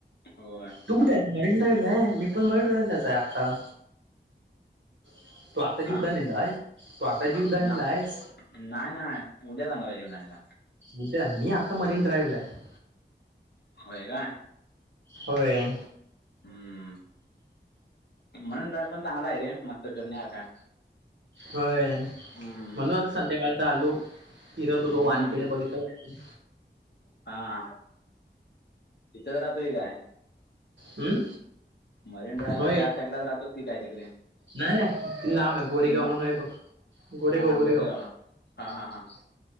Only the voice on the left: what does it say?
होय
हा
हा,
ना
नाही नाही उद्या जाणार आहे जीवदानीला
होय काय?
हम्म. मरीन ड्राईव्ह पण चांगला आहे. रे मस्त फिरण्यासारखा.
हम्म
हम्म
हा. इथंच राहतोय काय?
मरीन ड्रायव्ह
त्या साईड लाच राहतोयच की ती काय? तिकडे.
मग
हा
गोरेगावला हा हा हा